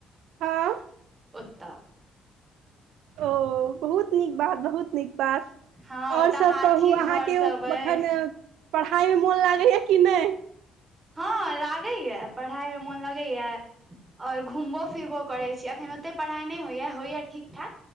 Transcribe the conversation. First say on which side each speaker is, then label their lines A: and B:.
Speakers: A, on the right (about 85°); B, on the right (about 25°).
A: हँ
B: ओतऽ
A: ओ बहुत नीक बात बहुत बात
B: हँ
A: और
B: ओतऽ
A: सब
B: हाथी
A: कहु
B: घर
A: अहां के
B: सब अइ
A: अखन पढ खाय मे मोन लागैए कि नहि
B: हँ लागैया पढ़ाई मे मोन लगैया और घुमबो फिरबो करै छी अखन ओते पढ़ाइ नहि होइया होइया ठीक ठाक